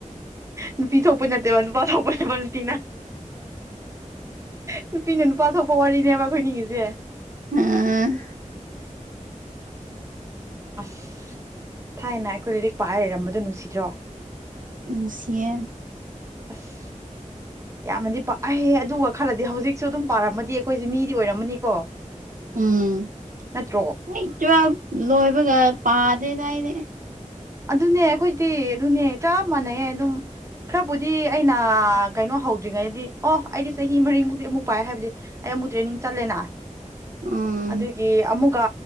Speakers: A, on the right; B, on the right.
A: ꯅꯨꯄꯤ ꯊꯣꯛꯄ ꯅꯠꯇꯦꯕ ꯅꯨꯄꯥ ꯊꯣꯛꯄꯅꯦꯕ ꯅꯨꯄꯤꯅ ꯅꯨꯄꯤꯅ ꯅꯨꯄꯥ ꯊꯣꯛꯄ ꯋꯥꯔꯤꯅꯦꯕ ꯑꯩꯈꯣꯏ ꯅꯤꯒꯤꯁꯦ
B: ꯎꯝ
A: ꯑꯁ ꯊꯥꯏꯅ ꯑꯩꯈꯣꯏ ꯂꯥꯏꯔꯤꯛ ꯄꯥꯛꯑ ꯂꯩꯔꯝꯕꯗꯣ ꯅꯨꯡꯁꯤꯗ꯭ꯔꯣ
B: ꯅꯨꯡꯁꯤꯌꯦ
A: ꯑꯁ ꯌꯥꯝꯅꯗꯤ ꯄꯥꯛꯍ ꯑꯗꯨꯒ ꯈꯔꯗꯤ ꯍꯧꯖꯤꯛꯁꯨ ꯑꯗꯨꯝ ꯄꯥꯔꯄ ꯑꯃꯗꯤ ꯑꯩꯈꯣꯏꯁꯦ ꯃꯤꯗꯤ ꯑꯣꯏꯔꯝꯃꯅꯤꯀꯣ
B: ꯎꯝꯇ
A: ꯅꯠꯇ꯭ꯔꯣ
B: ꯂꯣꯏꯕꯒ ꯄ <inaudible> ꯐꯅꯏꯅꯦ <inaudible>
A: ꯑꯗꯨꯅꯦ ꯑꯩꯈꯣꯏꯗꯤ ꯑꯗꯨꯅꯦ ꯆꯞ ꯃꯥꯟꯅꯩꯑꯦ ꯑꯗꯨꯝ ꯈꯔꯕꯨꯗꯤ ꯑꯩꯅ ꯀꯩꯅꯣ ꯍꯧꯗ꯭ꯔꯤ ꯉꯩꯗꯤ ꯑꯣ ꯑꯩꯗꯤ ꯆꯍꯤ ꯃꯔꯤꯃꯨꯛꯇꯤ ꯑꯃꯨꯛ ꯄꯥꯏ ꯍꯥꯏꯕꯗꯤ ꯑꯩ ꯑꯃꯨꯛ ꯇ꯭ꯔꯦꯅꯤꯡ ꯆꯠꯂꯦꯅ
B: ꯎꯝ
A: ꯑꯗꯨꯒꯤ ꯑꯃꯨꯒ